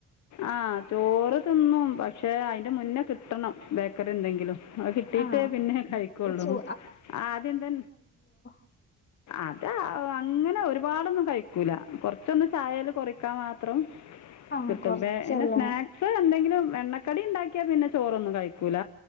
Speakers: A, on the left; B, on the left.
A: ആഹ് ചോറ് തിന്നും. പക്ഷെ അതിന്റെ മുന്നേ കിട്ടണം ബേക്കറി എന്തെങ്കിലും. അത് കിട്ടീട്ടേ
B: ആഹ്
A: പിന്നെ കഴിക്കൊള്ളൂ
B: ചോ
A: ആ ആദ്യെന്തെ
B: ആഹ
A: അത് അങ്ങനെ ഒരുപാടൊന്നും കഴിക്കൂല കൊറച്ചൊന്ന് ചായേൽ കൊറിക്കാൻ മാത്രം.
B: ആഹ്
A: പിന്നെ
B: കൊറച്ചല്ലേ
A: സ്നാക്സ് എന്തെങ്കിലും എണ്ണക്കടി ഉണ്ടാക്കിയാൽ പിന്നെ ചോറൊന്നും കഴിക്കൂല.